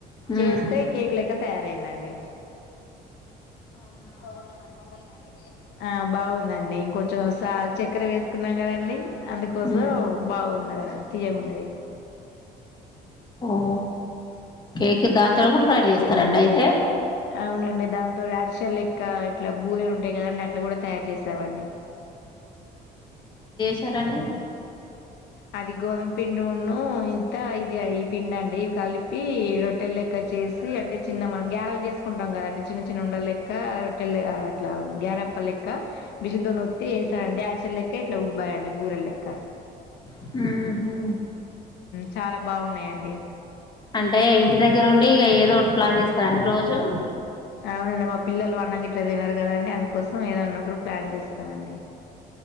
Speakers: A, on the left; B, on the left.
A: చేస్తే
B: ఉమ్
A: కేక్ల తయారయిందండి అవున బాగుందా అండి టేస్ట్ హా బా బాగుందండి ఇంకొంచెం సా చక్కర వేసుకున్నాం కదండి అందుకోసం
B: ఉమ్
A: బాగున్నదండి తియ్యగా ఉన్నది
B: ఓ కేక దాని ఇక్కడ రడీ చేసుకురండి అయితే
A: అవునండి దాంతో అరిసె లెక్క ఇట్లా బూరెలు ఉంటాయి కదండి అట్లా కూడా తయారు చేస్త సవండి
B: సరండి
A: అది గోధుమ పింన్న ఇంత ఇది ఈ పిండు అండి ఇవి కలిపి రొట్టెలు లెక్క చేసి అంటే చిన్న మన గ్యారలు చేసుకుంటాం కదండి చిన్న చిన్న ఉండల లెక్క రొట్టె ఇట్లా గారెప్ప లెక్క మిషన్ తనొత్తి వేసానుండి అరచెల లెక్క ఇట్లా ఉబ్బాయిడి బూరె లెక్క
B: ఉహు
A: చాలా బాగున్నాయండి
B: అంటే ఇంటి దగ్గరూండి ఇక ఏదో ఒకటి ప్లాన్ చేస్తారండి రోజు
A: అవునండి మా పిల్లలు అన్న ఇట్లా తినారు కదండి అందుకోసం ఏదన్నా కూడా ప్లాన్ చేస్తానండి